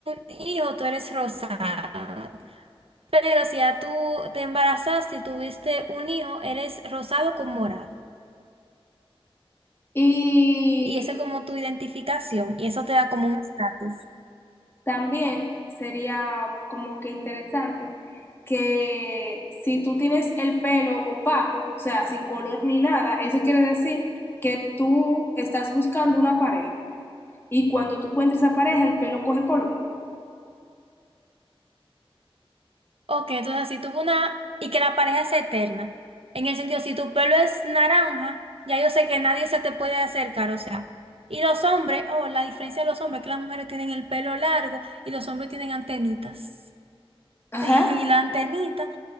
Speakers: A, on the right (about 70°); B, on the left (about 25°).
A: hijo, tú eres rosada. Pero si ya tú te embarazaste y tuviste un hijo, eres rosado con morado.
B: y
A: Y esa es como tu identificación y eso te da como un estatus.
B: también sería como que interesante que si tú tienes el pelo opaco, o sea, sin color ni nada, eso quiere decir que tú estás buscando una pareja. Y cuando tú encuentres esa pareja, el pelo coge color.
A: Ok, entonces así tuvo una... Y que la pareja es eterna. En el sentido, si tu pelo es naranja, ya yo sé que nadie se te puede acercar, o sea. Y los hombres, oh, la diferencia de los hombres es que las mujeres tienen el pelo largo y los hombres tienen antenitas. <laughs>
B: Ajá.
A: Y la antenita,